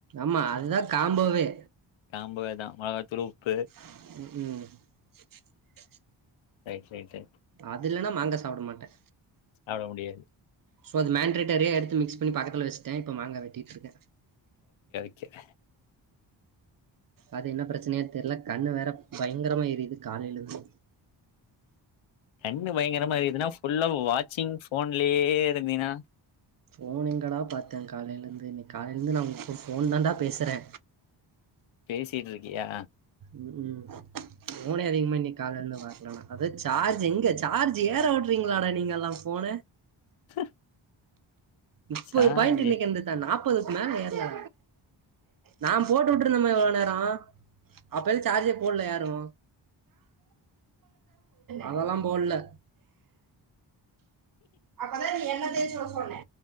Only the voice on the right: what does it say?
ஆமா அதுதா காம்பவே
ம்
அது இல்லனா மாங்கா சாப்ட மாட்டே
சோ அது மேன்ரட்டரியா எடுத்து மிக்ஸ் பண்ணி பக்கத்துல வச்ட்டே இப்ப மாங்கா வெட்டிட்ருக்கே
அது என்ன பிரச்சனையா தெர்ல கண்ணு வேற பயங்கரமா எரிது காலைலந்து
ஃபோன் எங்கடா பாத்தே காலைலேந்து இன் காலைலந்து நா உங் கூட ஃபோன் தான்டா பேசறே
ம் ஃபோனே அதிகமா இன்னைக்கு காலைலந்து பாக்ல நா அத சார்ஜ் எங்க சார்ஜ் ஏற விட்றீங்களாடா நீங்கல்லா ஃபோன
முப்பது
பாயிண்ட் இன்னைக்கு இருந்துட்டா நாப்பதுக்கு மேல ஏர்லடா நான் போட்டு விட்டு இருந்தேம்ம இவ்ளோ நேரம் அப்ப எது சார்ஜே போடல யாரு அதெல்லாம் போடல அப்பதான் நீ எண்ண தேச்சு விட சொன்ன